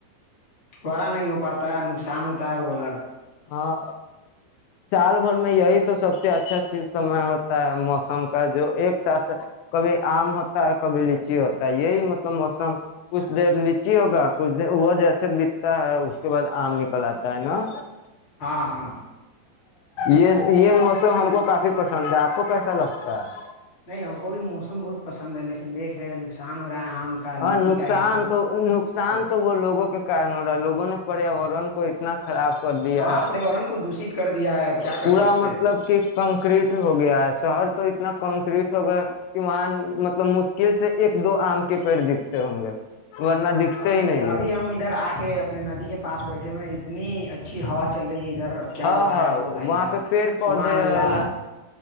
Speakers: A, on the left; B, on the left.
A: خڑا نہیں ہو پاتا ہے نقصان ہوتا ہے وہ الگ
B: ہاں سال بھر میں یہی تو سب سے اچھا سمے ہوتا ہے موسم کا جو ایک ساتھ کبھی آم ہوتا ہے کبھی لیچی ہوتا ہے یہی مطلب موسم کچھ دیر نچی ہوگا کچھ د وہ جیسے بتتا ہے اس کے بعد آم نکل آتا ہے نا
A: ہاں ہاں
B: یہ یہ موسم ہم کو کافی پسند ہے آپ کو کیسا لگتا ہے
A: نہیں ہم کو بھی موسم بہت پسند ہے لیکن دیکھ رہے ہیں نقصان ہو رہا ہے آم کا لیچی
B: ہاں نقصان
A: کا یہ سب
B: تو نقصان
A: یہ سب
B: تو وہ لوگوں کے کارن ہو رہا ہے لوگوں نے پریاورن کو اتنا خراب کر دیا
A: ہاں پریاورن
B: ہے
A: کو دوشت کر دیا ہے اب کیا کر
B: پورا
A: سکتے
B: مطلب
A: ہیں
B: کہ کنکریٹ ہو گیا ہے شہر تو اتنا کنکریٹ ہو گئے کہ وہاں مطلب مشکل سے ایک دو آم کے پیڑ دکھتے ہوں گے دکھتے
A: ابھی
B: ہی نہیں
A: ابھی
B: ہے
A: ہم ادھر آ کے اپنے ندی کے پاس بیٹھے ہوئے اتنی اچھی ہوا چل رہی ہے ادھر کیا
B: ہاں
A: بتایا
B: ہاں
A: آپ کو بھائی
B: وہاں
A: جان
B: پہ پیڑ پودے
A: سبحان اللہ
B: ہے نہ